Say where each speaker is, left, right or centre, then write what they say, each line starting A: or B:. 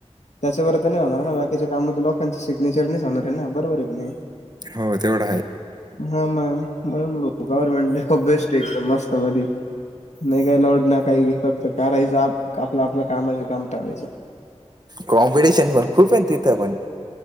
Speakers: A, on the left; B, on the right.
A: त्याच्यावर तर नाही होणार ना, बाकीच्या कामं तर लोकांचे सिग्नेचरनीच होणार आहे ना, बरोबर आहे की नाही.
B: हो तेवढं आहे
A: हा मग, म्हणून बघ. गवर्नमेंट बेस्ट एकदम मस्त मधी. नाही काही लोड ना काही, फक्त करायचं आपलं आपलं कामाशी काम ठेवायचं.
B: कॉम्पिटिशन पण खूप आहे तिथं पण.